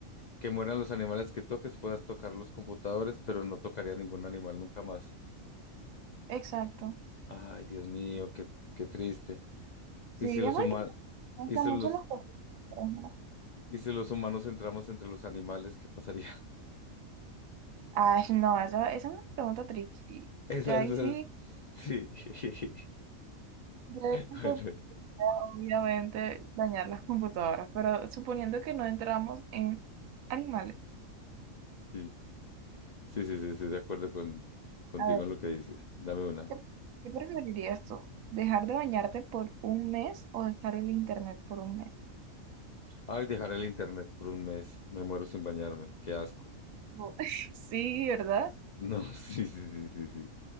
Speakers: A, on the left; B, on the right.
A: que mueran los animales que toques, puedas tocar los computadores, pero no tocaría ningún animal nunca más.
B: Exacto.
A: Ay, Dios mío, qué, qué triste.
B: Sí,
A: ¿Y si los
B: es muy
A: humanos...
B: triste. Me gustan
A: ¿Y si
B: mucho
A: los...
B: los perritos.
A: ¿Y si los humanos entramos entre los animales, qué pasaría?
B: Ay, no, esa, esa es una pregunta tricky.
A: <laughs> Esas,
B: Ya ahí
A: esas...
B: sí,
A: Sí. <laughs>
B: ya ahí sí,
A: Bueno,
B: pues, obviamente dañar las computadoras, pero suponiendo que no entramos en animales,
A: sí. Sí, sí, sí, estoy de acuerdo con, contigo
B: a ver,
A: en lo que dices. Dame una.
B: ¿qué, qué preferirías tú? ¿Dejar de bañarte por un mes o dejar el internet por un mes?
A: Ay, dejar el internet por un mes. Me muero sin bañarme. Qué asco.
B: No. <laughs> Sí, ¿verdad?
A: No, <laughs> sí, sí, sí, sí, sí.